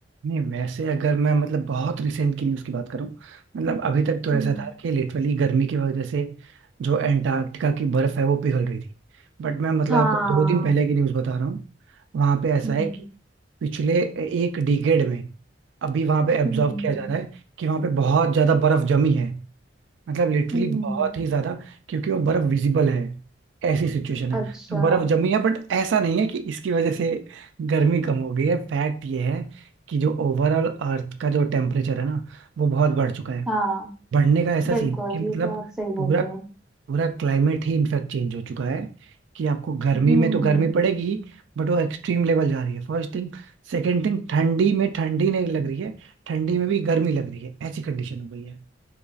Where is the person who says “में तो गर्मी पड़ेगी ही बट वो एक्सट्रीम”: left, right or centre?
Right